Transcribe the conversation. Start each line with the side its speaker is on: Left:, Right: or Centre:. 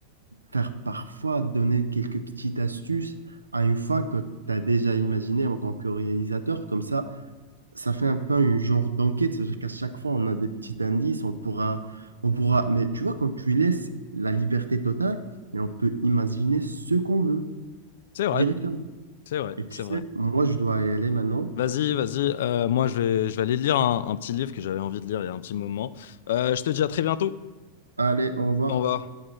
Right: faire parfois donner quelques petites astuces à une fin que tu as déjà imaginée en tant que réalisateur. Comme ça, ça fait un peu un genre d'enquête, c'est-à-dire qu'à chaque fois, on a des petits indices, on pourra, on pourra, mais tu vois, quand tu laisses la liberté totale, mais on peut imaginer ce qu'on veut
Left: C'est vrai,
Right: directement.
Left: c'est vrai,
Right: Et tu
Left: c'est
Right: sais,
Left: vrai.
Right: moi, je dois y aller maintenant.
Left: Vas-y, vas-y. euh, moi, je vais, je vais aller lire un, un petit livre que j'avais envie de lire il y a un petit moment. Euh, je te dis à très bientôt.
Right: Allez, au revoir.
Left: Au revoir.